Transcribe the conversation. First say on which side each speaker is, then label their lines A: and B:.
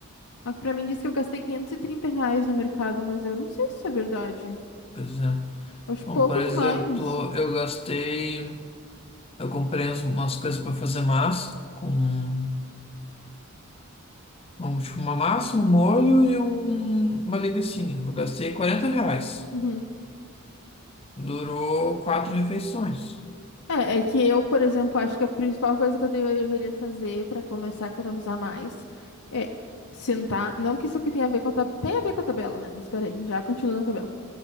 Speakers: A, on the left (about 80°); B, on the left (about 25°).
A: Aqui pra mim diz que eu gastei 530 reais no mercado, mas eu não sei se isso é verdade.
B: Pois é.
A: Eu Acho
B: Bom,
A: pouco
B: por exemplo,
A: demais.
B: eu gastei, eu comprei umas umas coisas para fazer massa com Um, tipo, uma massa, um molho e um- uma linguicinha. Eu gastei 40 reais.
A: Uhum.
B: Durou quatro refeições.
A: É, é que eu, por exemplo, acho que a principal coisa que eu deve- deveria fazer pra começar a economizar mais é sentar. Não que isso aqui tenha a ver com a tabela. Tem a ver com a tabela, né? Mas peraí, já continua na tabela.